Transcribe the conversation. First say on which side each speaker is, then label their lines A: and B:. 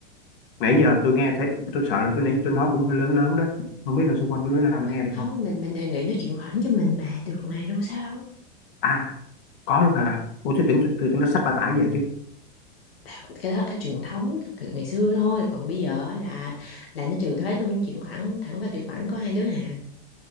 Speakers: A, on the left; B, on the left.
A: nãy giờ tôi nghe thấy tôi sợ là tôi nãy giờ tôi nói cũng hơi lớn lớn đó không biết là xung quanh có đứa nào nó nghe được
B: không
A: không
B: mình mình đề nghị nó chuyển khoản cho mình mà được mà đâu sao đâu
A: à có luôn hả ủa tôi tưởng tôi, tôi tưởng nó xách bà tải về chứ
B: Đạo- cái đó là cái truyền thống từ ngày xưa thôi còn bây giờ á là là nó trừ thuế xong nó chuyển khoản thẳng vào tài khoản của hai đứa à